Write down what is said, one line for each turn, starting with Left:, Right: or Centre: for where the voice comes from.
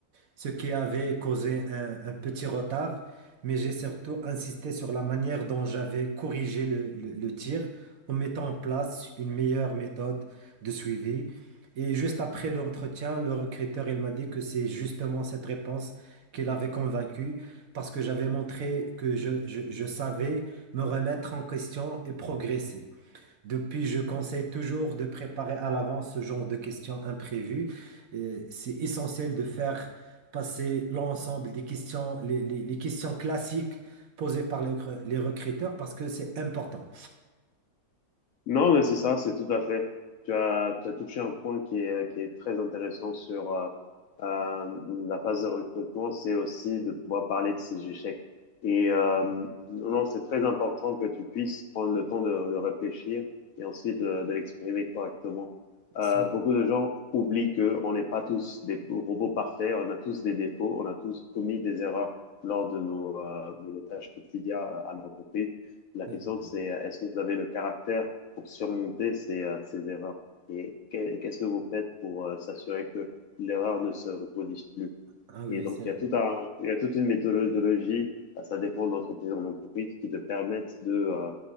Right: ce qui avait causé un, un petit retard, mais j'ai surtout insisté sur la manière dont j'avais corrigé le, le- le tir en mettant en place une meilleure méthode de suivi. Et juste après l'entretien, le recruteur, il m'a dit que c'est justement cette réponse qui l'avait convaincu parce que j'avais montré que je, je je savais me remettre en question et progresser. Depuis, je conseille toujours de préparer à l'avance ce genre de questions imprévues. Euh, c'est essentiel de faire passer l'ensemble des questions, les, les- les questions classiques posées par les, recru- les recruteurs parce que c'est important.
Left: Non, mais c'est ça, c'est tout à fait. Tu as, tu as touché un point qui est, qui est très intéressant sur euh, euh, la phase de recrutement, c'est aussi de pouvoir parler de ces échecs. Et euh,
Right: Mm,
Left: non, c'est très important que tu puisses prendre le temps de, de réfléchir et ensuite de, de l'exprimer correctement. Euh,
Right: C'est
Left: beaucoup de gens oublient qu'on n'est pas tous des robots parfaits, on a tous des défauts, on a tous commis des erreurs lors de nos, euh, de nos tâches quotidiennes à l'entreprise. La
Right: c'est
Left: question,
Right: vrai.
Left: c'est euh, est-ce que vous avez le caractère? pour surmonter ces, euh, ces erreurs? Et que- qu'est-ce que vous faites pour euh, s'assurer que l'erreur ne se reproduise plus?
Right: Ah oui,
Left: Et donc,
Right: c'est
Left: il
Right: vrai.
Left: y a tout un, il y a toute une méthodologie, bah, ça dépend d'entreprise en entreprise, qui te permettent de, euh,